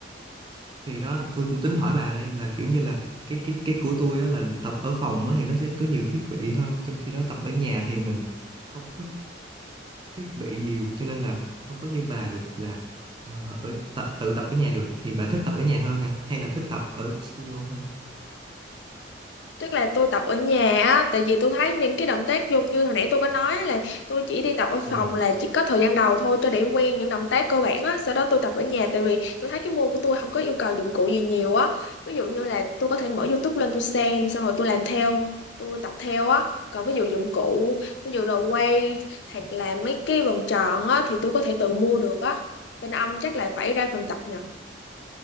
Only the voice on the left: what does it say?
Tức là tôi tập ở nhà á, tại vì tôi thấy những cái động tác vô như hồi nãy tôi có nói là tôi chỉ đi tập ở
phòng là chỉ có thời gian đầu thôi cho để quen những động tác cơ bản á, sau đó tôi tập ở nhà tại vì tôi thấy cái môn của tôi không có yêu cầu dụng cụ gì nhiều á. Ví dụ như là tôi có thể mở YouTube lên tôi xem xong rồi tôi làm theo, tôi tập theo á. Còn ví dụ dụng cụ, ví dụ đồ quay hoặc là mấy cái vòng tròn á thì tôi có thể tự mua được á. Bên ông chắc là phải ra phòng tập nhờ.